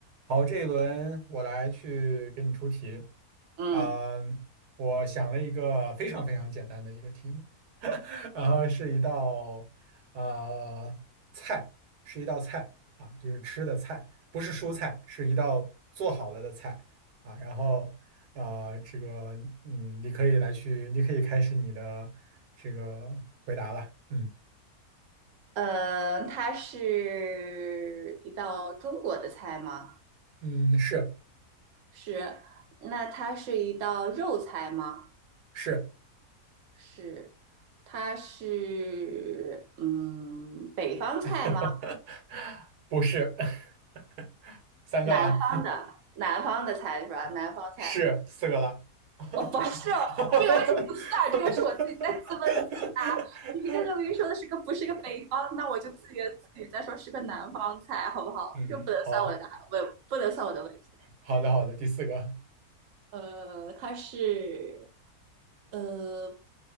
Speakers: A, on the right; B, on the right.
A: 好，这一轮我来去给你出题
B: 嗯，
A: 啊，我想了一个非常非常简单的一个题目，<laughs> 然后是一道呃菜，是一道菜啊，就是吃的菜，不是蔬菜，是一道做好了的菜啊。然后呃，这个嗯，你可以来去，你可以开始你的这个回答了。嗯
B: 呃，它是一道中国的菜吗？
A: 嗯，是
B: 是。那它是一道肉菜吗？
A: 是。
B: 是。它是嗯，北方菜吗？
A: <laughs> 不是，<laughs> 三个啦，
B: 南方的，南方的菜是吧？南方菜。
A: <laughs> 是四个啦。<laughs>
B: 哦，不是哦，这个问题不算，这个是我自己在自问自答。你刚刚明明说的是个不是个北方，那我就自言自语再说是个南方菜，好不好？
A: 嗯，
B: 这不能算我的答，
A: 好，
B: 不不能算我的问题。
A: 好的，好的，第四个
B: 呃，它是呃，